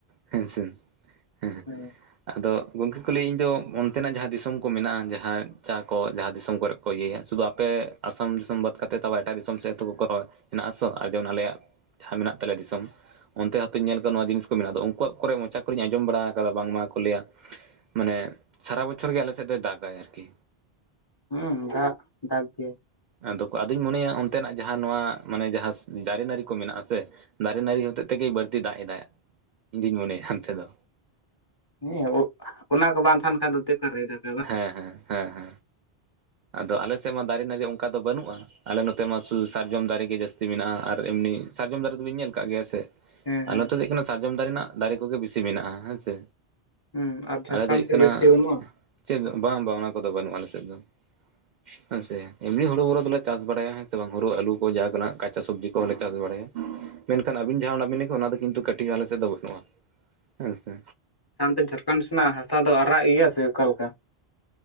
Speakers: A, on the right (about 55°); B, on the left (about 25°).
A: ᱦᱮᱸ ᱥᱮ ᱦᱮᱸ
B: ᱦᱩᱸ ᱾
A: ᱟᱫᱚ ᱜᱚᱢᱠᱮ ᱠᱚ ᱞᱟᱹᱭᱟ ᱤᱧ ᱫᱚ ᱚᱱᱛᱮᱱᱟᱜ ᱡᱟᱦᱟᱸ ᱫᱤᱥᱚᱢ ᱠᱚ ᱢᱮᱱᱟᱜᱼᱟ ᱡᱟᱦᱟᱸ ᱪᱟ ᱠᱚ ᱡᱟᱦᱟᱸ ᱫᱤᱥᱚᱢ ᱠᱚᱨᱮ ᱤᱭᱟᱹᱭᱟ ᱥᱩᱫᱩ ᱟᱯᱮ ᱟᱥᱟᱢ ᱫᱤᱥᱚᱢ ᱵᱟᱫ ᱠᱟᱛᱮᱫ <unintelligible> ᱮᱴᱟᱜ ᱫᱤᱥᱚᱢ ᱥᱮᱫ ᱛᱚ ᱠᱚᱨᱟᱣᱼᱟ ᱦᱮᱱᱟᱜ ᱟᱥᱚ ᱟᱨ ᱡᱮᱢᱚᱱ ᱟᱞᱮᱭᱟᱜ ᱡᱟᱦᱟᱸ ᱢᱮᱱᱟᱜ ᱛᱟᱞᱮᱭᱟ ᱫᱤᱥᱚᱢ ᱚᱱᱛᱮ ᱦᱚᱸᱛᱚᱧ ᱧᱮᱞ ᱠᱟᱫᱟ ᱱᱚᱣᱟ ᱡᱤᱱᱤᱥ ᱠᱚ ᱢᱮᱱᱟᱜ ᱟᱫᱚ ᱟᱠᱚᱣᱟᱜ ᱠᱚᱨᱮ ᱢᱚᱪᱟ ᱠᱚᱨᱮᱧ ᱟᱸᱡᱚᱢ ᱵᱟᱲᱟ ᱠᱟᱫᱟ ᱵᱟᱝᱢᱟ ᱠᱚ ᱞᱟᱹᱭᱟ ᱢᱟᱱᱮ ᱥᱟᱨᱟ ᱵᱚᱪᱷᱚᱨ ᱜᱮ ᱟᱞᱮ ᱥᱮᱫ ᱫᱚᱭ ᱫᱟᱜᱟᱭ ᱟᱨᱠᱤ
B: ᱦᱩᱸ ᱫᱟᱜ ᱫᱟᱜᱽ ᱜᱮᱭᱟ ᱾
A: ᱟᱫᱚ ᱟᱫᱚᱧ ᱢᱚᱱᱮᱭᱟ ᱚᱱᱛᱮᱱᱟᱜ ᱡᱟᱦᱟᱸ ᱱᱚᱣᱟ ᱢᱟᱱᱮ ᱡᱟᱦᱟᱸ ᱫᱟᱨᱮ ᱱᱟᱹᱲᱤ ᱠᱚ ᱢᱮᱱᱟᱜᱼᱟ ᱥᱮ ᱫᱟᱨᱮ ᱱᱟᱹᱲᱤ ᱦᱚᱛᱮᱫ ᱛᱮᱜᱮᱭ ᱵᱟᱹᱲᱛᱤ ᱫᱟᱜ ᱮᱫᱟᱭ ᱤᱧ ᱫᱩᱧ ᱢᱚᱱᱮᱭᱟ ᱦᱟᱱᱛᱮ ᱫᱚ
B: ᱦᱮᱸ ᱚᱱᱟ ᱠᱚ ᱵᱟᱝ ᱛᱟᱦᱮᱱ ᱠᱷᱟᱱ ᱫᱚ ᱛᱮ ᱚᱠᱟᱨᱮᱭ ᱫᱟᱜ
A: ᱦᱮᱸ ᱦᱮᱸ ᱦᱮᱸ ᱾ ᱟᱫᱚ ᱟᱞᱮᱥᱮᱫ ᱢᱟ ᱫᱟᱨᱮ ᱱᱟᱹᱲᱤ ᱚᱱᱠᱟ ᱫᱚ ᱵᱟᱹᱱᱩᱜᱼᱟ ᱾ ᱟᱞᱮ ᱱᱚᱛᱮ ᱢᱟ ᱥᱩᱫᱷᱩ ᱥᱟᱨᱡᱚᱢ ᱫᱟᱨᱮ ᱜᱮ ᱡᱟᱹᱥᱛᱤ ᱢᱮᱱᱟᱜᱼᱟ ᱟᱨ ᱮᱢᱱᱤ ᱥᱟᱨᱡᱚᱢ ᱫᱟᱨᱮ ᱫᱚᱵᱤᱱ ᱧᱮᱞ ᱠᱟᱜ ᱜᱮᱭᱟ ᱥᱮ?
B: ᱦᱮᱸ
A: ᱟᱨ
B: ᱦᱮᱸ
A: ᱱᱚᱛᱮ ᱫᱚ ᱦᱩᱭᱩᱜ ᱠᱟᱱᱟ ᱥᱟᱨᱡᱚᱢ ᱫᱟᱨᱮ ᱨᱮᱱᱟᱜ ᱫᱟᱨᱮ ᱠᱚᱜᱮ ᱵᱮᱥᱤ ᱢᱮᱱᱟᱜᱼᱟ ᱦᱮᱸ ᱥᱮ
B: ᱦᱩᱸ ᱟᱨ ᱡᱷᱟᱲᱠᱷᱚᱸᱰ
A: ᱟᱞᱮ ᱫᱚ ᱦᱩᱭᱩᱜ
B: ᱥᱮᱫ
A: ᱠᱟᱱᱟ
B: ᱡᱟᱹᱥᱛᱤ ᱵᱟᱹᱱᱩᱜᱼᱟ
A: ᱪᱮᱫ ᱵᱟᱝ ᱵᱟᱝ ᱚᱱᱟ ᱠᱚᱫᱚ ᱵᱟᱹᱱᱩᱜᱼᱟ ᱟᱞᱮ ᱥᱮᱫ ᱫᱚ ᱾ ᱦᱮᱸᱥᱮ ᱮᱢᱱᱤ ᱦᱳᱲᱳ ᱦᱳᱲᱳ ᱫᱚᱞᱮ ᱪᱟᱥ ᱵᱟᱲᱟᱭᱟ ᱦᱮᱸ ᱥᱮ ᱵᱟᱝ ᱦᱳᱲᱳ ᱟᱹᱞᱩ ᱠᱚ ᱡᱟ ᱛᱮᱱᱟᱜ ᱠᱟᱸᱪᱟ ᱥᱚᱵᱽᱡᱤ ᱠᱚᱦᱚᱸᱞᱮ ᱪᱟᱥ ᱵᱟᱲᱟᱭᱟ ᱾ ᱢᱮᱱᱠᱷᱟᱱ ᱟᱹᱵᱤᱱ ᱡᱟᱦᱟᱸ ᱚᱱᱟ ᱵᱤᱱ ᱞᱮ ᱠᱮᱫ ᱚᱱᱟ ᱫᱚ ᱠᱤᱱᱛᱩ ᱠᱟᱹᱴᱤᱡ ᱦᱚᱸ ᱟᱞᱮ ᱥᱮᱫ ᱫᱚ ᱵᱟᱹᱱᱩᱜᱼᱟ ᱦᱮᱸᱥᱮ
B: ᱚᱱᱛᱮ ᱡᱷᱟᱲᱠᱷᱚᱸᱰ ᱥᱮᱱᱟᱜ ᱦᱟᱥᱟ ᱫᱚ ᱟᱨᱟᱜ ᱜᱮᱭᱟ ᱥᱮ ᱚᱠᱟ ᱞᱮᱠᱟ?